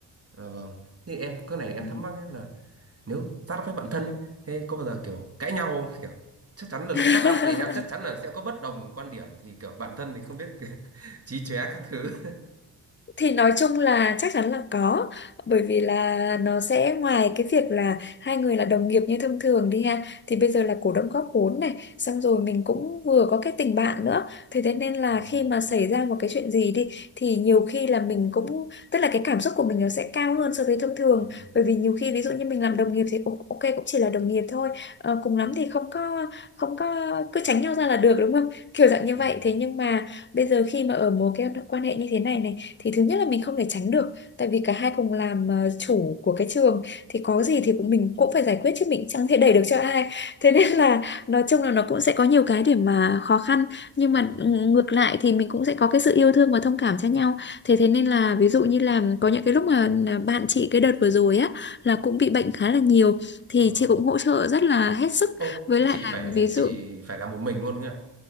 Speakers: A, on the right; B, on the left.
A: à, vâng. thì em cái này em
B: Ừ.
A: thắc mắc ấy là nếu start up với bạn thân ấy, thế có bao giờ kiểu cãi nhau không? Kiểu chắc chắn là lúc
B: à. <laughs>
A: start up thì em chắc chắn là sẽ có bất đồng quan điểm thì kiểu bạn thân thì không biết <laughs> chí chóe các thứ. <laughs>
B: thì nói chung là chắc chắn là có bởi vì là nó sẽ ngoài cái việc là hai người là đồng nghiệp như thông thường đi ha thì bây giờ là cổ đông góp vốn này xong rồi mình cũng vừa có cái tình bạn nữa thế thế nên là
A: Ừ.
B: khi mà xảy ra một cái chuyện gì đi thì nhiều khi là mình cũng tức là cái cảm xúc của mình nó sẽ cao hơn so với thông thường
A: Ừ.
B: bởi vì nhiều khi ví dụ như mình làm đồng nghiệp thì "Ồ, ok cũng chỉ là đồng nghiệp thôi Ờ, cùng lắm thì không có không có cứ tránh nhau ra là được đúng không kiểu dạng như
A: Ừ.
B: vậy thế nhưng mà bây giờ khi mà ở mối cái quan hệ như thế này này thì thứ nhất là mình không thể tránh được tại vì cả hai cùng làm ờ, chủ của cái trường thì có gì thì cũng mình cũng phải giải quyết chứ mình chẳng thể đẩy được cho ai thế nên là nói chung là nó cũng sẽ có nhiều cái để mà khó khăn nhưng
A: Vâng.
B: mà ừ, ngược lại thì mình cũng sẽ có cái sự yêu thương và thông cảm cho nhau thế thế nên là ví dụ như là có những cái lúc mà là bạn chị cái đợt vừa rồi á là cũng bị bệnh khá là nhiều thì
A: Ờ.
B: chị cũng hỗ trợ rất là hết sức
A: Ô,
B: với
A: thế
B: lại
A: chị
B: là
A: phải
B: ví dụ
A: chị phải làm một mình luôn nhỉ?